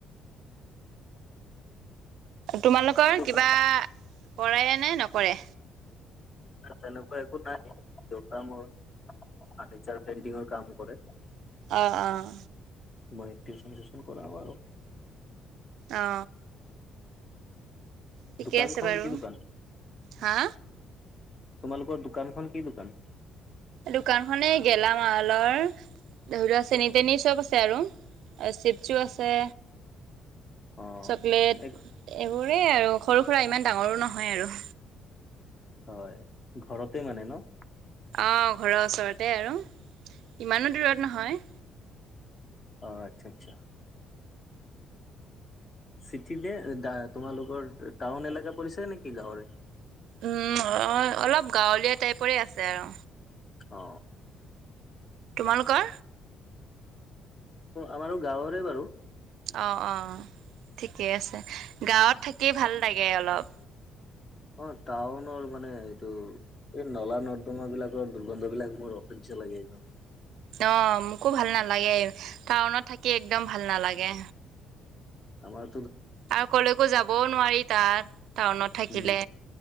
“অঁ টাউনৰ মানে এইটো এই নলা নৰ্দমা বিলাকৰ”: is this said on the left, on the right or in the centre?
Left